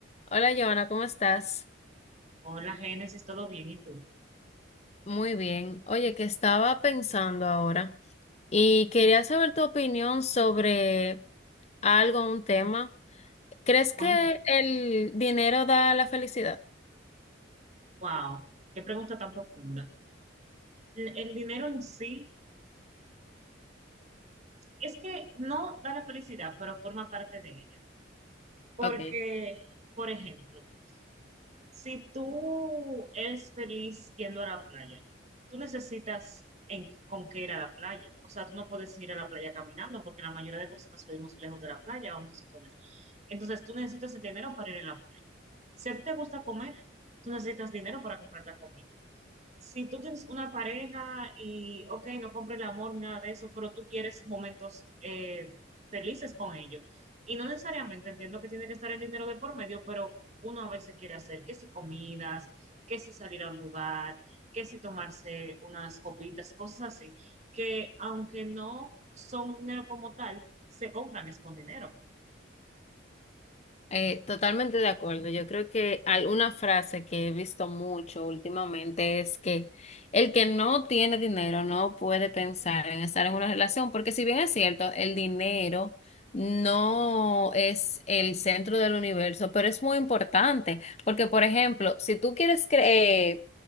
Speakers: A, on the left (about 35°); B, on the right (about 35°).
A: Hola, Joana, ¿cómo estás?
B: Hola, Génesis, ¿todo bien? ¿Y tú?
A: Muy bien. Oye, que estaba pensando ahora y quería saber tu opinión sobre algo, un tema. ¿Crees
B: Cuéntame.
A: que el dinero da la felicidad?
B: Wow, qué pregunta tan profunda. L- El dinero en sí es que no da la felicidad, pero forma parte de ella. Porque,
A: Ok.
B: por ejemplo, Si tú eres feliz yendo a la playa, tú necesitas en- con qué ir a la playa. O sea, tú no puedes ir a la playa caminando porque la mayoría de personas vivimos lejos de la playa, vamos a suponer. Entonces, tú necesitas el dinero para ir a la playa. Si a ti te gusta comer, tú necesitas dinero para comprar la comida. Si tú tienes una pareja y, ok, no compres el amor, nada de eso, pero tú quieres momentos eh, felices con ellos y no necesariamente entiendo que tiene que estar el dinero de por medio, pero uno a veces quiere hacer que si comidas, que si salir a un lugar, que si tomarse unas copitas, cosas así, que aunque no son dinero como tal, se compran es con dinero.
A: Eh, totalmente de acuerdo. Yo creo que alguna frase que he visto mucho últimamente es que el que no tiene dinero no puede pensar en estar en una relación, porque si bien es cierto, el dinero no es el centro del universo, pero es muy importante, porque por ejemplo, si tú quieres creer,